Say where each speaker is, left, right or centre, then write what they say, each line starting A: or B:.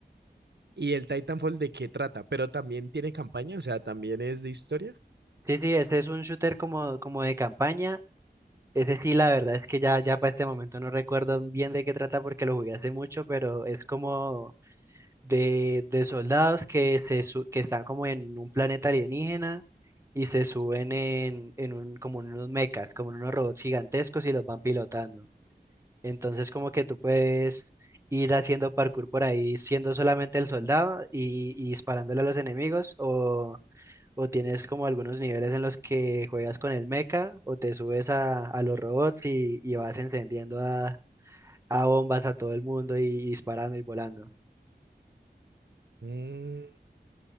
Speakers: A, on the right; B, on the right.
A: ¿Y el Titanfall de qué trata? Pero también tiene campaña, o sea, también es de historia.
B: Sí, sí, este es un shooter como, como de campaña. Ese sí, la verdad es que ya, ya para este momento no recuerdo bien de qué trata porque lo jugué hace mucho, pero es como de, de soldados que, se su- que están como en un planeta alienígena y se suben en, en un, como en unos mechas, como en unos robots gigantescos y los van pilotando. Entonces como que tú puedes ir haciendo parkour por ahí siendo solamente el soldado y, y disparándole a los enemigos o, o tienes como algunos niveles en los que juegas con el mecha o te subes a, a los robots y, y vas encendiendo a, a bombas a todo el mundo y y disparando y volando.
A: Mm,